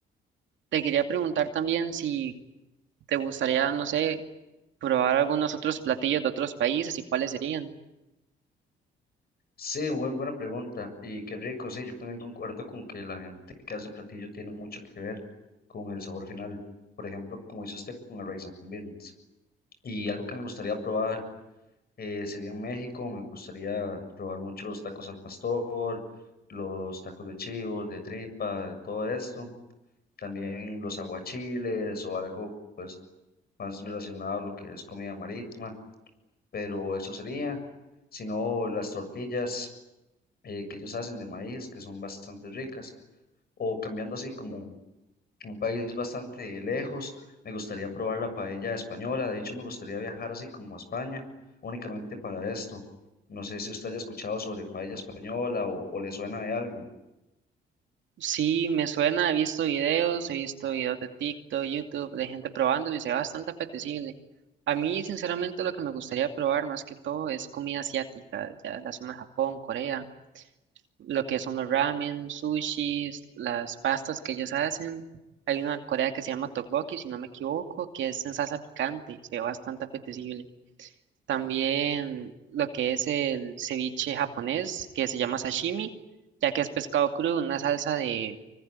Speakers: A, on the right (about 70°); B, on the left (about 50°).
A: Te quería preguntar también si te gustaría, no sé, probar algunos otros platillos de otros países y cuáles serían.
B: Sí, muy buena pregunta. Y qué rico, sí, yo también concuerdo con que la gente que hace el platillo tiene mucho que ver con el sabor final. Por ejemplo, como dice usted con el rice and beans. Y algo que me gustaría probar eh, sería en México, me gustaría probar mucho los tacos al pastor, los tacos de chivo, de tripa, de todo esto. También los aguachiles o algo pues más relacionado a lo que es comida marítima, pero eso sería. Si no, las tortillas eh, que ellos hacen de maíz, que son bastante ricas, o cambiando así como un país bastante lejos. Me gustaría probar la paella española. De hecho, me gustaría viajar así como a España, únicamente para esto. No sé si usted haya escuchado sobre paella española o, o le suena de algo.
A: Sí, me suena, he visto videos, he visto videos de TikTok, YouTube, de gente probándolo y se ve bastante apetecible. A mí, sinceramente, lo que me gustaría probar más que todo es comida asiática, ya la zona de Japón, Corea, lo que son los ramen, sushis, las pastas que ellos hacen. Hay una Corea que se llama tteokbokki, si no me equivoco, que es en salsa picante, se ve bastante apetecible. También lo que es el ceviche japonés, que se llama sashimi, ya que es pescado crudo, una salsa de,